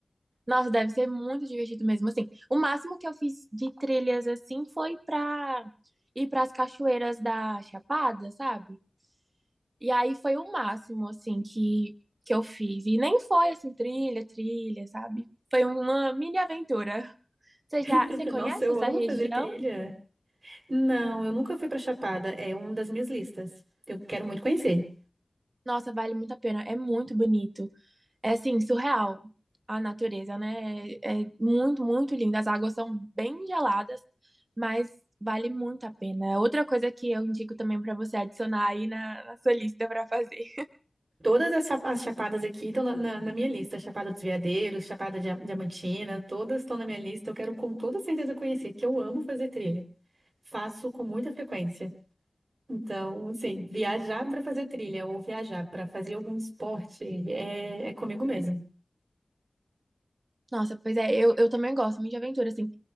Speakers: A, on the right; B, on the right.
A: nossa, deve ser muito divertido mesmo. Assim, o máximo que eu fiz de trilhas assim foi pra ir pras cachoeiras da Chapada, sabe? E aí foi o máximo assim que que eu fiz. E nem foi assim trilha, trilha, sabe? Foi uma mini aventura. Você já,
B: <laughs>
A: você conhece
B: Nossa, eu
A: essa
B: amo
A: região?
B: fazer trilha. Não, eu nunca fui para Chapada. É uma das minhas listas. Eu quero muito conhecer.
A: Nossa, vale muito a pena. É muito bonito. É assim, surreal a natureza, né? É é muito, muito linda. As águas são bem geladas, mas vale muito a pena. Outra coisa que eu indico também para você adicionar aí na, na sua lista para fazer.
B: Todas as, cha- as chapadas aqui estão na, na- na minha lista. Chapada dos Veadeiros, Chapada Dia- Diamantina, todas estão na minha lista. Eu quero com toda certeza conhecer, que eu amo fazer trilha. Faço com muita frequência. Então, assim, viajar para fazer trilha ou viajar para fazer algum esporte é, é comigo mesmo.
A: Nossa, pois é, eu, eu também gosto muito de aventura, assim.